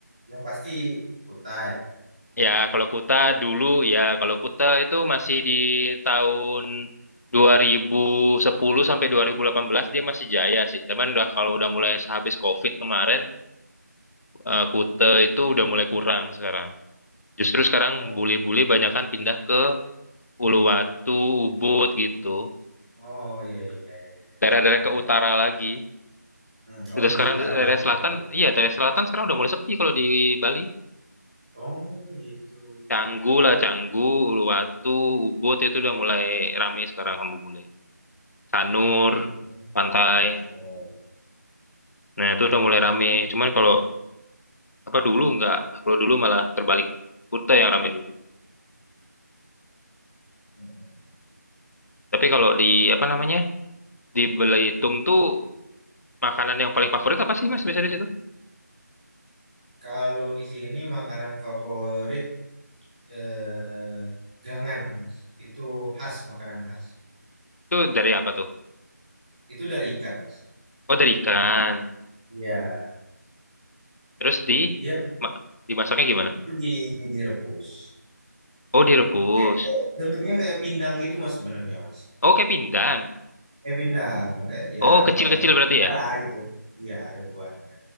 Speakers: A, on the right; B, on the left.
A: yang pasti Kutai.
B: Ya, kalau Kuta dulu ya, kalau Kuta itu masih di tahun dua ribu sepuluh sampai 2018 dia masih jaya sih. Cuman udah kalau udah mulai habis COVID kemarin, eh, Kuta itu udah mulai kurang sekarang. Justru sekarang
A: Oh,
B: bule-bule banyak kan pindah ke Uluwatu, Ubud gitu.
A: oh iya iya iya iya.
B: Daerah-daerah
A: Pernah
B: ke
A: dengar.
B: utara lagi.
A: Hmm, Oh
B: Udah
A: di
B: sekarang
A: utara
B: daerah
A: Bali
B: selatan,
A: itu berarti.
B: iya daerah selatan sekarang udah mulai sepi kalau di Bali.
A: Oh gitu.
B: Canggu lah, Canggu, Uluwatu, Ubud itu udah mulai rame sekarang sama bule. Sanur,
A: Hmm,
B: pantai.
A: Sano.
B: Nah, itu udah mulai rame. Cuman kalau apa dulu nggak, kalau dulu malah terbalik Kuta yang rame dulu.
A: Mm-mm.
B: Tapi kalau di apa namanya? Di Belitung tuh makanan yang paling favorit apa sih Mas biasanya di situ?
A: Kalau di sini makanan favorit eh, gangan, Mas. Itu khas makanan khas.
B: Itu dari apa tuh?
A: Itu dari ikan, Mas.
B: Oh, dari ikan.
A: Iya,
B: Terus di
A: dia
B: ma- dimasaknya gimana?
A: itu di direbus.
B: Oh, direbus.
A: Kayak bentuknya kayak pindang gitu, Mas sebenarnya, Mas.
B: Oh, kayak pindang.
A: eh Pinang kayak ya
B: Oh, kecil-kecil
A: bak- ada kuahnya
B: berarti ya?
A: lah gitu iya ada kuahnya